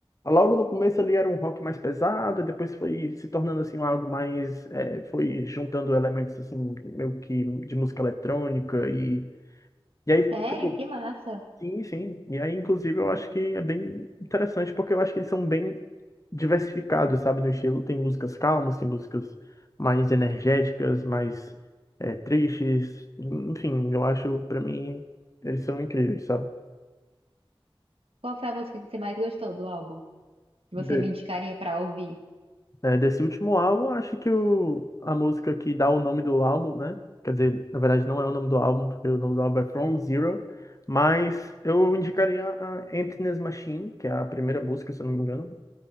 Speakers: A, on the left (about 35°); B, on the right (about 75°).
A: Logo no começo ali era um rock mais pesado, depois foi se tornando assim algo mais. é, foi juntando elementos assim, meio que de música eletrônica. E, e aí,
B: Sério?
A: tipo,
B: Que massa!
A: Sim, sim. E aí, inclusive, eu acho que é bem interessante, porque eu acho que eles são bem diversificados, sabe, no estilo. Tem músicas calmas, tem músicas mais energéticas, mais é, tristes. Enfim, eu acho, pra mim, eles são incríveis, sabe?
B: Qual foi a música que você mais gostou do álbum? Que você
A: De-
B: me indicaria pra ouvir?
A: é, desse último álbum, acho que o, a música que dá o nome do álbum, né? Quer dizer, na verdade, não é o nome do álbum, porque o nome do álbum é From Zero. Mas eu indicaria a Emptiness Machine, que é a primeira música, se eu não me engano